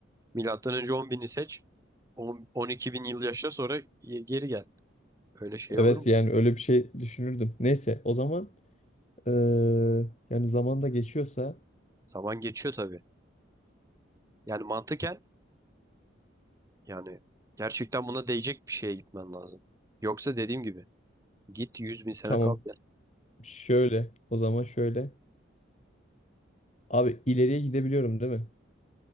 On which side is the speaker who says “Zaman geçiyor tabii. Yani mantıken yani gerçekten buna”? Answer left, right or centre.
Right